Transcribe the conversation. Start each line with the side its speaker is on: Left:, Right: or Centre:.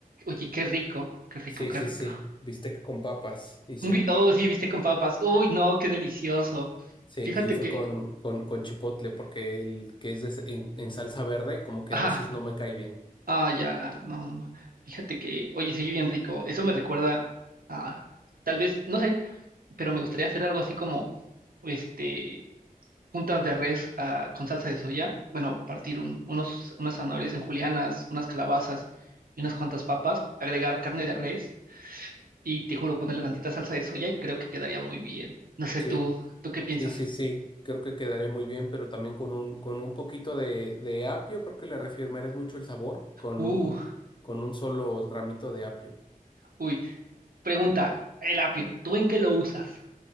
Right: Oye, qué rico, qué rico,
Left: Sí,
Right: qué
Left: sí,
Right: rico.
Left: sí, bistec con papas, hice.
Right: Un bi- Oh, sí, viste con papas. Uy, no, qué delicioso.
Left: Sí,
Right: Fíjate
Left: y fue
Right: que.
Left: con, con, con chipotle, porque el que es de s- en, en salsa verde, como que
Right: Ajá.
Left: a veces no me cae bien.
Right: Ah, ya. No, no, no. Fíjate que. Oye, se oye bien rico. Eso me recuerda a. Tal vez, no sé, pero me gustaría hacer algo así como. Este. puntas de res ah, con salsa de soya. Bueno, partir un- unos, unas zanahorias en julianas, unas calabazas y unas cuantas papas. Agregar carne de res y te juro ponerle tantita salsa de soya y creo que quedaría muy bien. No sé,
Left: Sí,
Right: tú, ¿tú qué piensas?
Left: sí, sí, sí, creo que quedaría muy bien, pero también con un, con un poquito de, de apio, creo que le reafirmarás mucho el sabor, con
Right: Uh,
Left: un, con un solo ramito de apio.
Right: uy. Pregunta, el apio, ¿tú en qué lo usas?